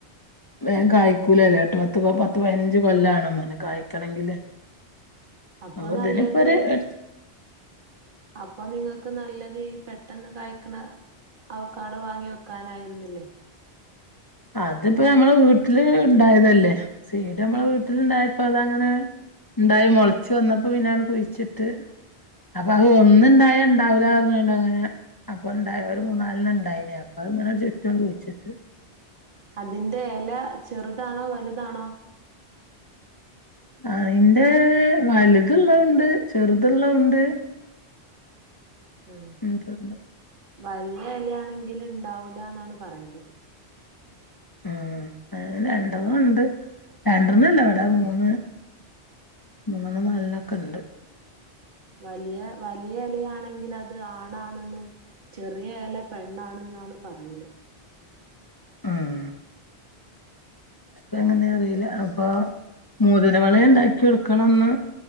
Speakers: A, on the left; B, on the right.
A: വേം കായ്ക്കൂലല്ലോ എട്ട്, പത്ത് പത്ത്, പൈനഞ്ച് കൊല്ലാണംമ്ന്ന് കായ്ക്കണേങ്കില്
B: അപ്പൊ
A: അപ്പൊതിനിപ്പോരു
B: നല്ലത്
A: എടച്
B: അപ്പൊ നിങ്ങക്ക് നല്ലത് ഈ പെട്ടെന്ന് കായ്ക്കണ അവൊക്കാഡോ വാങ്ങി വെക്കാനായിരുന്നില്ലേ
A: അതിപ്പോ ഞമ്മള വീട്ടില് ഇണ്ടായതല്ലേ. സീഡ് നമ്മള വീട്ടിലിണ്ടായപ്പോ അതങ്ങനെ ഇണ്ടായി മൊളച്ച് വന്നപ്പോ പിന്നാണ് കുഴിച്ചിട്ട് അപ്പൊ അത് ഒന്ന്ണ്ടായ
B: ഉം
A: ഇണ്ടാവൂലാ പറഞ്ഞ് വേണ്ട അങ്ങനെ അപ്പൊ ഇണ്ടായി ഒരു മൂന്നാലിന് ഉണ്ടായിന് അപ്പൊ അഇങ്ങനെ ഒരു ചുറ്റുവങ്ങ് കുഴിച്ചിട്ട്
B: അതിന്റെ എല ചെറുതാണോ വലുതാണോ
A: അതിൻ്റെ വലുത്ള്ള ഉണ്ട് ചെറുത്ള്ള ഉണ്ട്
B: ആഹ്
A: ഉണ്ട്ണ്ട്
B: വല്ല്യ എലയാണെങ്കിലും ഇണ്ടാവൂലന്നാണ് പറയല്
A: ആഹ് അയിലെ എന്തോഉണ്ട്. രണ്ടൊന്നുല്ല
B: ഉം
A: ഇവിടെ മൂന്ന് മൂന്നെണ്ണം നാലൊണൊക്കെണ്ട്
B: വലിയ വലിയ എലയാണെങ്കിലത്. അത് ആണാണെന്നും ചെറിയ എല പെണ്ണാണ്ന്നാ എന്നാണ് പറയല്
A: ആഹ് അപ്പൊഎങ്ങനെ അറിയില്ല. അപ്പൊ മോതിരവളയിണ്ടാക്കി കൊടുക്കണംന്ന്